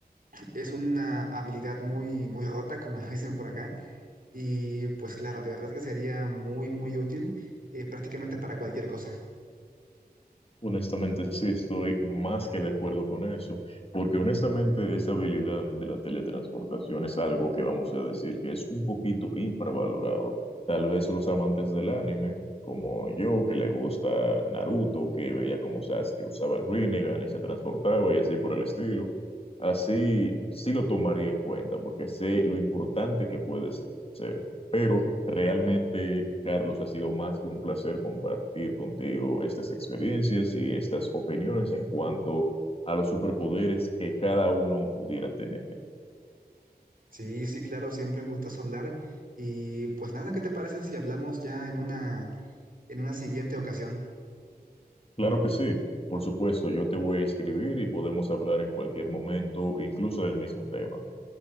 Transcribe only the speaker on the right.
es una habilidad muy, muy rota, como <laughs> lo dicen por acá. Y pues claro, de verdad que sería muy, muy útil. eh, prácticamente para cualquier cosa.
Sí, sí, claro, siempre un gustazo hablar. Y pues nada, ¿qué te parece si hablamos ya en una, en una siguiente ocasión?